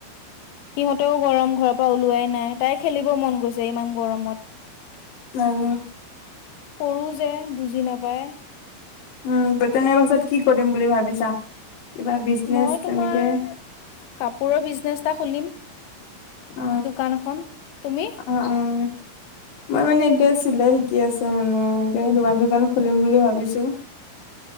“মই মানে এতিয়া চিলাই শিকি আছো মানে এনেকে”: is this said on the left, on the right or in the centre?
Left